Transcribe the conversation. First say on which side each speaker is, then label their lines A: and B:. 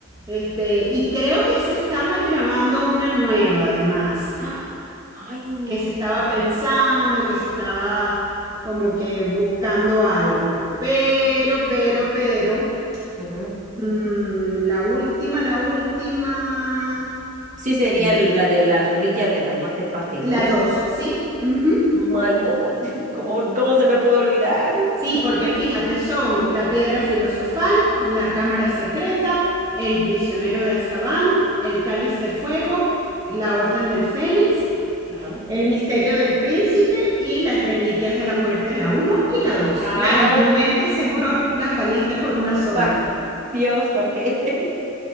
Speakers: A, on the right; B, on the right.
A: Este, y creo que se estaba grabando una nueva, además,
B: <gasps> ¡Ah! Ay, no.
A: que se estaba pensando, que se estaba como que buscando algo. Pero, pero, pero,
B: Ujú.
A: mm, la última, la última,
B: Sí, sería
A: pues,
B: la de las reliquias de la muerte, parte
A: la
B: dos.
A: dos, ¿sí? Ujú.
B: Ay, no. bueno, <laughs> ¿Cómo, cómo se me pudo olvidar?
A: Sí, porque fíjate, son la piedra filosofal, la cámara secreta, el prisionero de Azkaban, el cáliz de fuego, la orden del fénix,
B: Ajá.
A: el misterio del príncipe y las reliquias de la muerte, la uno y la dos.
B: Ah,
A: Claro, en tu mente seguro las valiste por una sola.
B: bah, Dios, ¿por qué? <laughs>